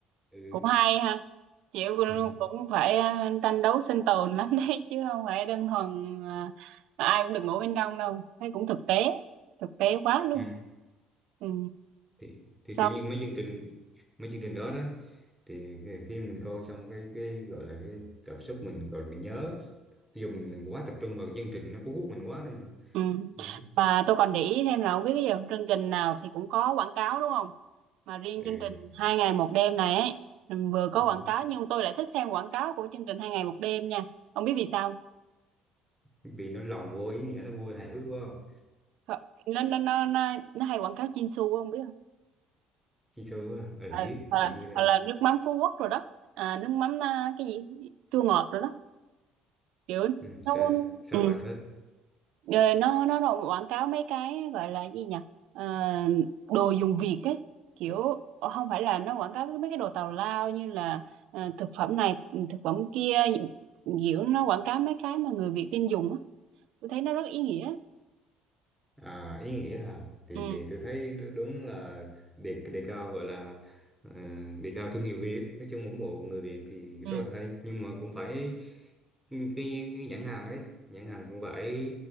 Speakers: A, in the centre; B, on the right.
A: ừ.
B: cũng hay ha chị cũng
A: Ừ.
B: cũng phải ờ, tranh đấu sinh tồn lắm đấy <laughs> chứ không phải đơn thuần ờ, ai cũng được ngủ bên trong đâu thấy cũng thực tế thực tế quá luôn
A: Ừ.
B: ừ.
A: thì thì
B: xong
A: kiểu như mấy chương trình mấy chương trình đó đó thì khi mình coi xong cái cái gọi là cái cảm xúc mình gọi là mình nhớ ví dụ mình, quá tập trung vào cái chương trình nó cuốn hút mình quá đi mà
B: ừ.
A: ừ.
B: mà tôi còn để ý thêm là không biết cái gì chương trình nào thì cũng có quảng cáo đúng không mà riêng
A: Ừ.
B: chương trình hai ngày một đêm này ấy ừm, vừa có
A: Ừ.
B: quảng cáo nhưng tôi lại thích xem quảng cáo của chương trình hai ngày một đêm nha không biết vì sao
A: vì nó lồng vô ý nghĩa nó vui hài hước quá không
B: Họ- nó nó nó nó, nó hay quảng cáo Chinsu không biết không
A: chi số à ừ,
B: ừ,
A: biết
B: hoặc
A: kiểu
B: là,
A: như là
B: hoặc là nước mắm Phú Quốc rồi đó à, nước mắm à, cái gì chua ngọt rồi đó kiểu
A: ừ,
B: nó
A: sao sao
B: ừ,
A: bài sách
B: rồi nó nó nó quảng cáo mấy cái gọi là gì nhỉ Ờ, đồ dùng Việt ấy kiểu ờ, không phải là nó quảng cáo mấy cái đồ tào lao như là ờ, thực phẩm này thực phẩm kia kiểu nó quảng cáo mấy cái mà người Việt tin dùng á tôi thấy nó rất ý nghĩa
A: à, ý nghĩa hả thì
B: ừ
A: thì tôi thấy đú- đúng là đề đề cao gọi là ờ, đề cao thương hiệu Việt nói chung ủng hộ người Việt thì
B: ừ
A: rất là hay nhưng mà cũng phải cái cái cái nhãn hàng ấy nhãn hàng cũng phải